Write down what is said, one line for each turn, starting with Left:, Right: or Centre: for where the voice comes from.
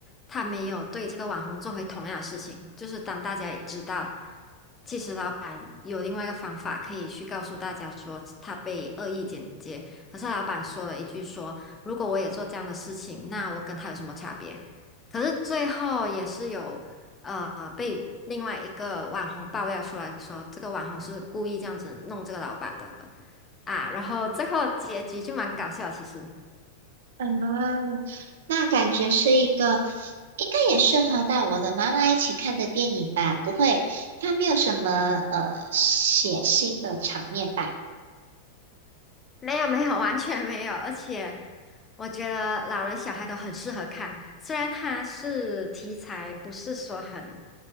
Left: 他没有对这个网红做回同样的事情，就是当大家也知道，其实老板有另外一个方法可以去告诉大家说他被恶意剪接，可是老板说了一句说，如果我也做这样的事情，那我跟他有什么差别？可是最后也是有。呃被另外一个网红爆料出来说，这个网红是故意这样子弄这个老板的啊，然后最后结局就蛮搞笑，其实
Right: 啊，那感觉是一个应该也适合带我的妈妈一起看的电影吧？不会，它没有什么呃血腥的场面吧？
Left: 没有没有完全没有，而且我觉得老人小孩都很适合看，虽然它是题材不是说很